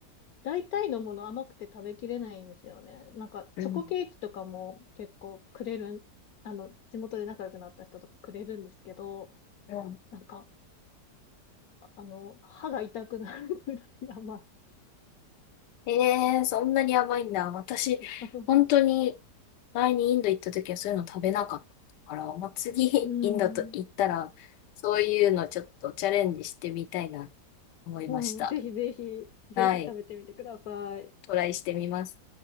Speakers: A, on the left; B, on the left.
A: 大体のもの甘くて食べきれないんですよね。なんか、
B: う。
A: チョコケーキとかも結構くれるん、
B: うん。
A: あの、地元で仲良くなった人とかくれるんですけど、
B: うん。
A: なんか、ああの、歯が痛くなるぐらい甘い。
B: えー、そんなに甘いんだ。私、
A: <laughs>
B: 本当に前にインド行った時はそういうの食べなかったから、まあ、次インドと行ったら、
A: うん。
B: そういうのちょっとチャレンジしてみたいなと思いました。
A: うん。ぜひぜひ、ぜひ食べてみてください。
B: はい。トライしてみます。